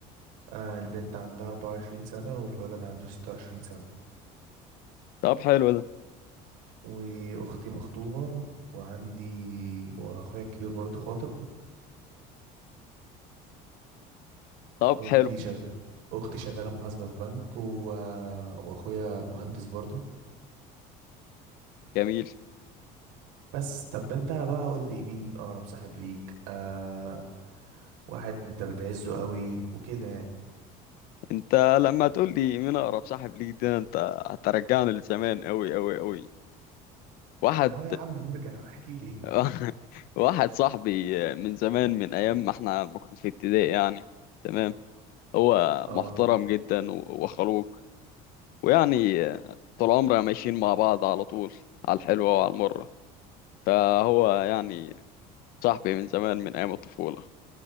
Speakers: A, on the right; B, on the left.
A: آه البنت عندها 24 سنة والولد عنده 26 سنة
B: طب حلو ده
A: واختي مخطوبة وعندي واخويا الكبير برضه خاطب
B: طب
A: واختي
B: حلو
A: شغ... اختي شغالة محاسبة في بنك و... واخويا مهندس برضه
B: جميل
A: بس طب انت بقى قول لي مين اقرب صاحب ليك آه واحد انت بتعزه قوي وكده يعني
B: انت لما تقول لي مين اقرب صاحب ليك ده انت هترجعني لزمان قوي قوي قوي واحد
A: اهو يا عم نرجع احكي لي
B: <laughs> واحد صاحبي من زمان من ايام ما احنا ما كنا في ابتدائي يعني تمام هو
A: اه
B: محترم جدا و- وخلوق ويعني طول عمرنا ماشيين مع بعض على طول على الحلوة وعلى المرة فهو يعني صاحبي من زمان من ايام الطفولة